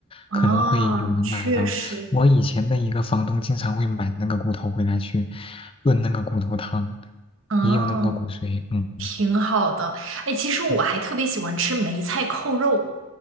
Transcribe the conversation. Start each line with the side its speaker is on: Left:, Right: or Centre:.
Right: 哦，
Left: 可能会有人买到。
Right: 确实，
Left: 我以前的一个房东经常会买那个骨头回来去炖那个骨头汤，
Right: 嗯，
Left: 也有那个骨髓，嗯
Right: 挺好的。哎，其实我还特别喜欢吃梅菜扣肉，
Left: 嗯